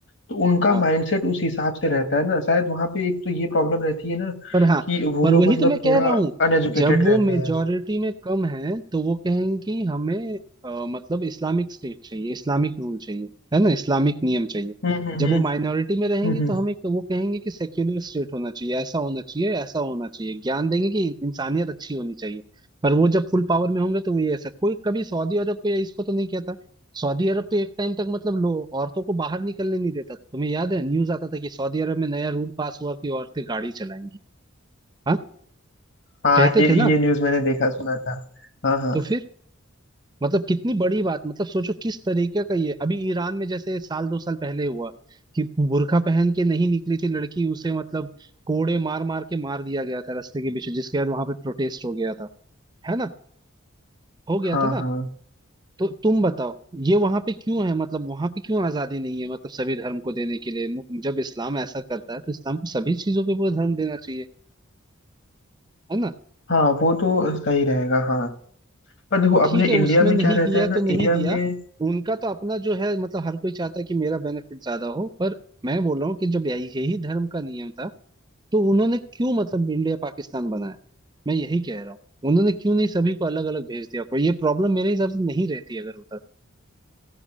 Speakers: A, on the left; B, on the right.
A: तो उनका
B: हाँ
A: माइंडसेट उस हिसाब से रहता है ना शायद वहां पे एक तो ये प्रॉब्लम रहती है ना
B: पर हाँ
A: कि वो
B: पर
A: लोग
B: वही
A: मतलब
B: तो मैं कह
A: थोड़ा
B: रहा हूँ
A: अनएजुकेटेड
B: जब वो
A: रहते
B: मेजोरिटी
A: हैं
B: में कम है तो वो कहेंगी हमें अ, मतलब इस्लामिक स्टेट चाहिए इस्लामिक रूल चाहिए है ना इस्लामिक नियम चाहिए
A: हम्म हम्म
B: जब
A: हम्म
B: वो माइनॉरिटी में रहेंगे
A: हम्म, हम्म।
B: तो हमें वो कहेंगे कि सेक्युलर स्टेट होना चाहिए ऐसा होना चाहिए ऐसा होना चाहिए ज्ञान देंगे कि इंसानियत अच्छी होनी चाहिए पर वो जब फुल पावर में होंगे तो वो ये ऐसा कोई कभी सऊदी अरब को या इसको तो नहीं कहता सऊदी अरब तो एक टाइम तक मतलब लो औरतों को बाहर निकलने नहीं देता था तुम्हें याद है न्यूज आता था कि सऊदी अरब में नया रूल पास हुआ कि औरतें गाड़ी चलाएंगी हाँ
A: हाँ
B: कहते
A: ये
B: थे ना
A: ये न्यूज मैंने देखा सुना था हाँ हाँ
B: तो फिर मतलब कितनी बड़ी बात मतलब सोचो किस तरीके का ये अभी ईरान में जैसे साल दो साल पहले हुआ कि बुर्का पहन के नहीं निकली थी लड़की उसे मतलब कोड़े मार मार के मार दिया गया था रास्ते के पीछे जिसके बाद वहां पे प्रोटेस्ट हो गया था है ना हो गया
A: हाँ
B: था ना
A: हाँ
B: तो तुम बताओ ये वहां पे क्यों है मतलब वहां पे क्यों आजादी नहीं है मतलब सभी धर्म को देने के लिए जब इस्लाम ऐसा करता है तो इस्लाम को सभी चीजों के पूरा धर्म देना चाहिए है ना
A: हाँ वो तो सही रहेगा हाँ पर देखो
B: तो
A: अपने
B: ठीक
A: इंडिया
B: है उसमें
A: में
B: नहीं
A: क्या रहता
B: दिया
A: है ना
B: तो नहीं
A: इंडिया
B: दिया
A: में
B: उनका तो अपना जो है मतलब हर कोई चाहता है कि मेरा बेनिफिट ज्यादा हो पर मैं बोल रहा हूँ कि जब यही यही धर्म का नियम था तो उन्होंने क्यों मतलब इंडिया पाकिस्तान बनाया मैं यही कह रहा हूँ उन्होंने क्यों नहीं सभी को अलग अलग भेज दिया कोई ये प्रॉब्लम मेरे हिसाब से नहीं रहती अगर होता